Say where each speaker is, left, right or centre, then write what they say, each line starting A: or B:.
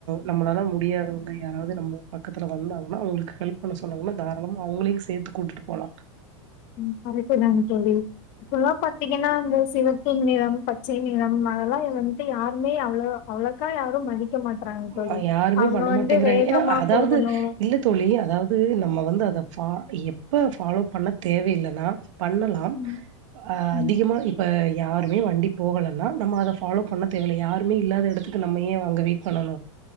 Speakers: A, on the right; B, on the left.
A: நம்மளாலா முடியாதவங் அங்க யாராவது நம்ம பக்கத்துல வந்தாங்கன்னா அவங்களுக்கு ஹெல்ப் பண்ண சொன்னாங்கன்னா தாரலமா அவங்களையும் சேத்து கூட்டிட்டு போலா
B: ம் கரெக்ட் தாங் தோழி இப்டில்லா பண்ணிட் ஏன்னா அந்த சிவத்தை நிறம் பச்சை நிறம் அதெல்லா வந்ததுட்டு யாருமே அவ்லோ அவ்ளோக்கா யாரும் மடி நிக்க மாட்டறாங்க தோழி
A: ஆ யாருமே
B: அவங்க
A: பண்ண
B: வந்து
A: மாட்டேங்கிறாங்க.
B: வேகமா
A: ஏன்னா அதாவது
B: போகணு
A: இல்ல தோழி அதாவது நம்ம வந்து அத ஃபா எப்ப ஃபாலோ பண்ண தேவையில்லைன்னா பண்ணலாம்
B: ம் ம்
A: அதிகமா இ இப்போ யாருமே வண்டி போகலனா நம்ம அத ஃபாலோ பண்ண தேவ இல யாருமே இல்லாத எடத்துக்கு நம்ம ஏ அங்க வெயிட் பண்ணனு